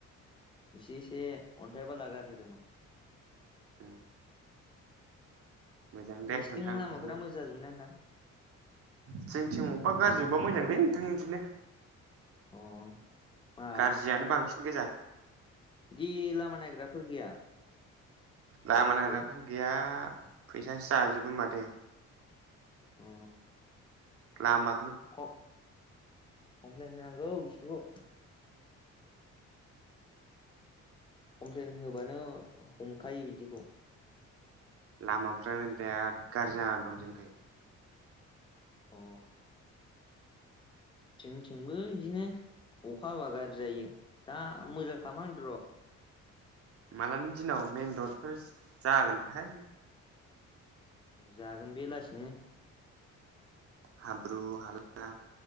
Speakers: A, on the left; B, on the right.
A: इसे इसे अन्थाइ बाला गारहोदोंमोन।
B: औ मोजां दे
A: नोंसिथिं
B: नोंथां
A: लामाफोरा
B: दानो
A: मोजां जाजोब्बायना नोंथां?
B: जोंथिं अबेबा गाज्रि अबबा मोजांलै नोंथां इदिनो।
A: अ मा
B: गारज्रियानो बांसिन गोजा।
A: जि लामा नायग्राफोर गैया। थिखादारफोर?
B: लामा नांग्राफोरानो गैया फैसासो जाजोबो माथो।
A: औ
B: लामा
A: कम कमप्लेन होनांगौ बिसोरखौ। कमप्लेन होबानो हमखायो बिदिखौ।
B: लामाफ्रानो बिराद गारजि जाना दं जोनिखै।
A: अ जोंथिंबो इदिनो। अखा हाबा गाज्रि जायो दा मोजां खामा होनो र'।
B: मालानि दिनाव मेन रडफोर जागोनथाय?
A: जागोन बेलासिनो
B: हाब्रु हाला